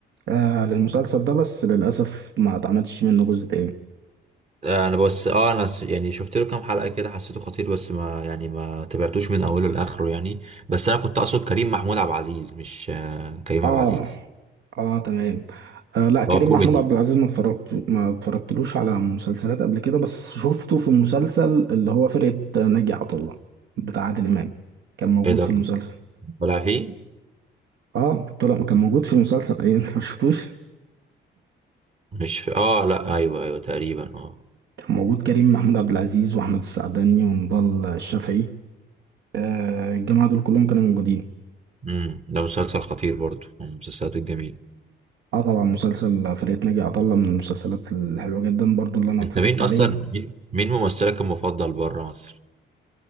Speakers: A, on the right (about 65°); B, on the right (about 35°).
A: آه للمسلسل ده بس للأسف ما اتعملش منه جزء تاني
B: آه، انا بس اه انا س- يعني شفت له كام حلقة كده حسيته خطير بس ما يعني ما تابعتوش من اوله لاخره يعني بس انا كنت اقصد كريم محمود عبد العزيز مش آه، كريم
A: اه
B: عبد العزيز
A: اه تمام آه لا
B: اللي
A: كريم
B: هو كوميدي
A: محمود عبد العزيز ما اتفرجت ما اتفرجتلوش على مسلسلات قبل كده بس شفته في المسلسل اللي هو فرقة ناجي عطا الله بتاع عادل إمام كان موجود
B: ايه ده
A: في المسلسل
B: طلع فيه
A: اه طلع كان موجود في المسلسل ايه انت ما شفتوش
B: مش في اه لا ايوه ايوه تقريبا اه
A: موجود كريم محمود عبد العزيز واحمد السعداني ونضال الشافعي آه، الجماعه دول كلهم كانوا موجودين
B: امم ده مسلسل خطير برضو من المسلسلات الجميلة
A: اه طبعا مسلسل فرقة ناجي عطا الله من المسلسلات الحلوه جدا برضو اللي انا اتفرجت
B: انت مين
A: عليها
B: اصلا مين مين ممثلك المفضل بره مصر